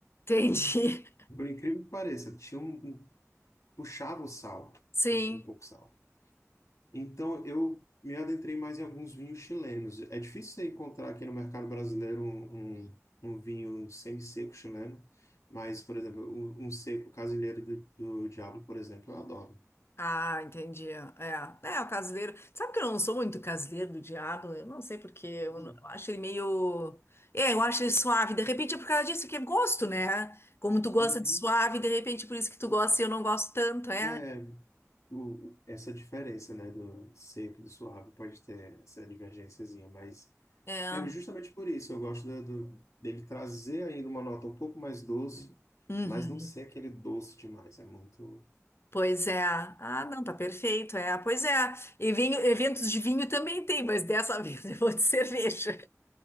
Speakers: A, on the left (about 50°); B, on the left (about 75°).
A: entendi.
B: Por incrível que pareça, tinha um, um- puxava o sal,
A: <laughs> Sim.
B: um um pouco sal. Então, eu me adentrei mais em alguns vinhos chilenos. É difícil você encontrar aqui no mercado brasileiro um, um, um vinho semi-seco chileno, mas, por exemplo, um, um seco casilheiro do, do Diablo, por exemplo, eu adoro.
A: Ah, entendi. É, é o caseiro. Sabe que eu não sou muito caseiro do diabo? Eu não sei porque eu,
B: Hum.
A: não- eu acho ele meio. É, eu acho ele suave. De repente é por causa disso que é gosto, né? Como tu gosta
B: Uhum.
A: de suave, de repente por isso que tu gosta e eu não gosto tanto, é?
B: É, o- o- essa diferença, né, do seco e do suave pode ter essa divergênciazinha, mas
A: É.
B: é justamente por isso eu gosto do- do- dele trazer ainda uma nota um pouco mais doce,
A: Uhum.
B: mas não ser aquele doce demais, é muito...
A: Pois é. Ah, não, tá perfeito, é. Pois é. E vinho, eventos de vinho também tem, mas dessa <laughs> vez eu vou de cerveja.